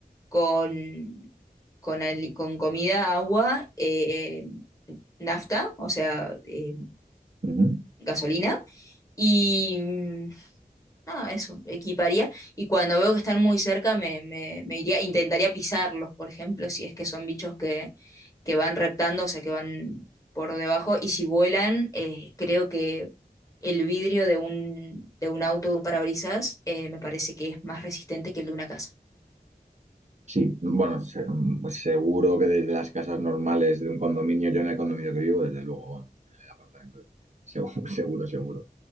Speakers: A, on the left (about 20°); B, on the right (about 45°).
A: con, con, ali- con comida, agua, eh, nafta, o sea, eh,
B: Ujú.
A: gasolina. Y mm, nada, eso, equiparía. Y cuando veo que están muy cerca, me, me, me iría, intentaría pisarlos, por ejemplo, si es que son bichos que, que van reptando, o sea, que van por debajo. Y si vuelan, eh, creo que el vidrio de un, de un auto, de un parabrisas, eh, me parece que es más resistente que el de una casa.
B: Sí, bueno, se- mm, seguro que desde las casas normales de un condominio, yo en el condominio que vivo, desde luego, vamos, en el apartamento, seguro, <laughs> seguro, seguro.